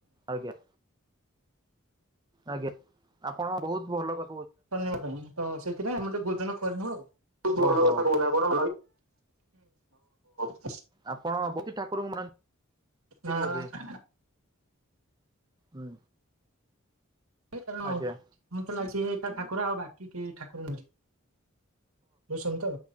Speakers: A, on the right (about 20°); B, on the right (about 85°).
A: ଆଜ୍ଞା। ଆଜ୍ଞା ଆପଣ ବୋହୁତ୍ ଭଲ କ
B: ଶୁନିବା ପାଇଁ ତ ସେଥିପାଇଁ ଆମେ ଯୋଉ ଭୋଜନ କରିବୁ ଆଉ ଭଲ
A: ଓହୋ
B: କଥା <unintelligible>
A: ଆପଣଙ୍କ ପ୍ରତି ଠାକୁରଙ୍କୁ ମା ନ୍ତି
B: ହଁ
A: ବୋଧେ? ହୁଁ।
B: ଏ କାରଣ
A: ଆଜ୍ଞା।
B: ମୁଁ ତ ଲାଗଛି ଏକା ଠାକୁର ଆଉ ବାକି କେହି ଠାକୁର ନୁହେଁ। ବୁସନ୍ତ